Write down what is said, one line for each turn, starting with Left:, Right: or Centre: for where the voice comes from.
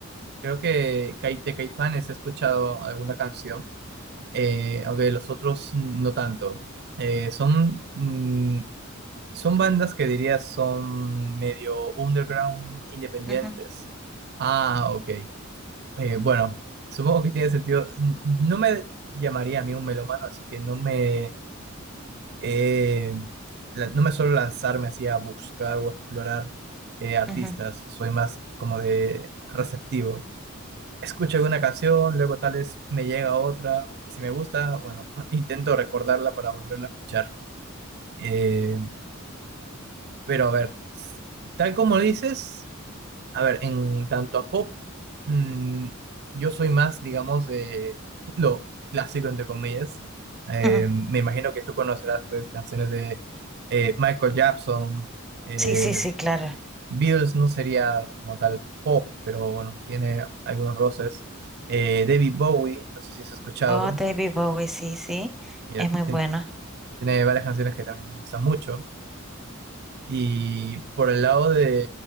Right: Creo que Cai- de Caifanes he escuchado alguna canción, eh, aunque de los otros no tanto. Eh, son, mm, son bandas que diría son medio underground, independientes.
Centre: Ujú,
Right: Ah, ok. Eh, bueno, supongo que tiene sentido. N- No me llamaría a mí un melómano, así que no me, eh, la- no me suelo lanzarme así a buscar o explorar eh, artistas.
Centre: ujú,
Right: Soy más como de receptivo escucho alguna canción, luego tal vez me llega otra, y si me gusta, bueno, <laughs> intento recordarla para volverla a escuchar. Eh, pero a ver, tal como dices, a ver, en tanto a pop, mm, yo soy más, digamos, de <laughs> lo clásico, entre comillas. Eh,
Centre: ujú.
Right: me imagino que tú conocerás, pues, canciones de eh, Michael Jackson, eh,
Centre: Sí, sí, sí, claro.
Right: Beatles no sería como tal pop, pero bueno, tiene algunos roces. Eh, David Bowie, no sé si has escuchado,
Centre: Oh, David Bowie, sí, sí.
Right: ya
Centre: Es muy bueno.
Right: tien- tiene varias canciones que también me gustan mucho. Y por el lado de,